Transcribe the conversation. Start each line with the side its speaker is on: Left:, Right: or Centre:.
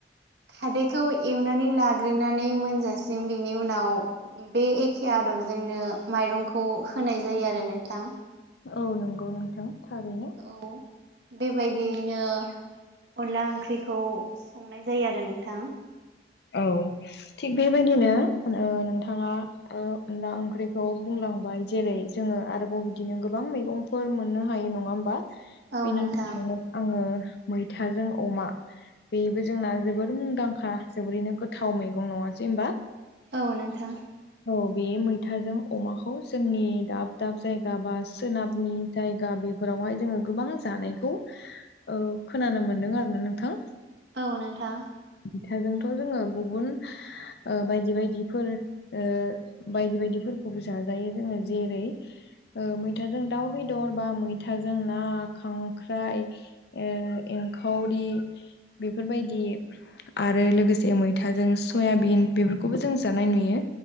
Right: खादैखौ एवनानै लाग्रोनानै मोनजासिम बिनि उनाव बे एखे आदबजोंनो माइरंखौ होनाय जायो आरो नोंथां
Left: औ नंगौ नोंथां थारैनो।
Right: औ बेबायदियैनो अनला ओंख्रिखौ संनाय जायो आरो नोंथां
Left: औ थिग बेबायदिनो ओ नोंथाङा ओ अनला ओंख्रिखौ बुं लांबाय जेरै जोङो आरोबाव बिदिनो गोबां मैगंफोर मोननो हायो नङा होमबा?
Right: औ
Left: बेनिनो
Right: नोंथां
Left: आङो मैथाजों अमा बेबो जोंना जोबोर मुंदांखा जोबोरैनो गोथाव मैगं नङासै होमबा।
Right: औ नोंथां।
Left: औ बे मैथाजों अमाखौ जोंनि दाब दाब जायगा बा सोनाबनि जायगा बेफोरावहाय जोङो गोबां जानायखौ ओ खोनानो मोनदों आरो ना नोंथां।
Right: औ नोंथां।
Left: मैथाजोंथ' जोङो गुबुन ओ बायदि बायदिफोर ओ बायदि बायदिफोरखौबो जाजायो जोङो जेरै ओ मैथाजों दाउ बेदर बा मैथाजों ना खांख्राइ ओ रांखावरि बेफोरबायदि आरो लोगोसे मैथाजों सयाबिन बेफोरखौबो जों जानाय नुयो।